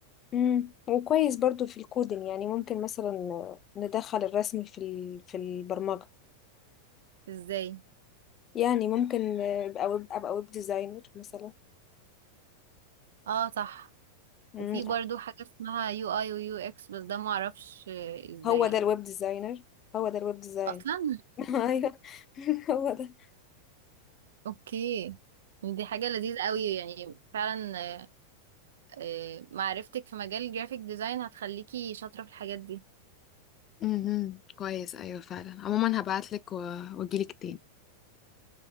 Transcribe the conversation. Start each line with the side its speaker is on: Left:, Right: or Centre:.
Left: مم. وكويس برضو في الكودين يعني ممكن مثلا ندخل الرسم في ال... في البرمجة
Right: ازاي
Left: يعني ممكن ابقى ويب ابقى ويب ديزاينر مثلا
Right: اه صح
Left: مم.
Right: وفي برضو حاجة اسمها يو اي ويو اكس بس ده معرفش ازاي
Left: هو ده
Right: يعني.
Left: الويب ديزاينر هو ده الويب ديزاين
Right: اصلا
Left: <laughs> ايوه <laughs> هو ده
Right: اوكي يعني دي حاجة لذيذة قوي يعني فعلا آه، آه، معرفتك في مجال الجرافيك ديزاين هتخليكي شاطرة في الحاجات دي
Left: مهم. كويس ايوه فعلا عموما هبعتلك و... واجيلك تاني